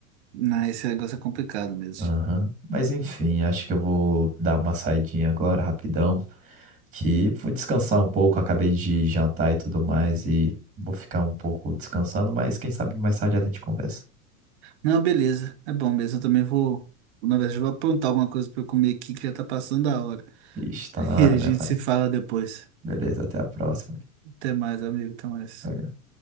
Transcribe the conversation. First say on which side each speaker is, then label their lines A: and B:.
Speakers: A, on the right; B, on the right.
A: Não, esse negócio é complicado mesmo.
B: Aham. Mas enfim, acho que eu vou dar uma saidinha agora, rapidão, que vou descansar um pouco, acabei de jantar e tudo mais, e vou ficar um pouco descansando, mas quem sabe mais tarde a gente conversa.
A: Não, beleza. É bom mesmo. Eu também vou. Na verdade, eu vou aprontar alguma coisa pra eu comer aqui que já tá passando a hora.
B: Ixi, tá
A: <laughs>
B: na
A: E
B: hora,
A: a
B: né,
A: gente
B: vai?
A: se fala depois.
B: Beleza, até a próxima.
A: Até mais, amigo. Até mais.
B: Valeu.